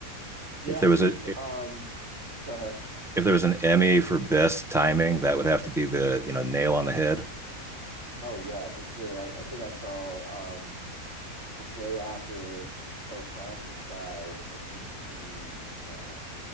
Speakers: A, on the right; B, in the centre.
A: Yeah,
B: If there
A: I
B: was
A: think
B: a
A: um go ahead.
B: if there was an Emmy for best timing, that would have to be the you know nail on the head.
A: Oh yeah, for sure. I, I think I saw um the day after Pope Francis died, I think the uh